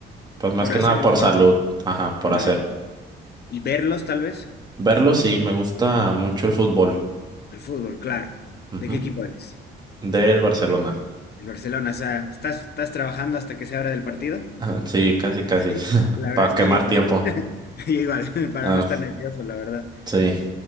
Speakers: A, on the right; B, on the left.
A: pues más
B: por
A: que
B: hacer
A: nada
B: deporte.
A: por salud. Ajá, por
B: Claro.
A: hacer.
B: ¿Y verlos tal vez?
A: Verlo, sí, me gusta mucho el fútbol.
B: El fútbol, claro.
A: ujú,
B: ¿De qué equipo eres?
A: Del Barcelona. <laughs>
B: El Barcelona, o sea, ¿estás, estás trabajando hasta que se abra del partido?
A: Ah, Sí, casi, casi.
B: Sí.
A: <laughs>
B: La verdad
A: Para
B: es
A: quemar
B: que yo igual,
A: tiempo.
B: <laughs> yo igual, <laughs> para
A: Ah,
B: no estar nervioso, la verdad.
A: sí,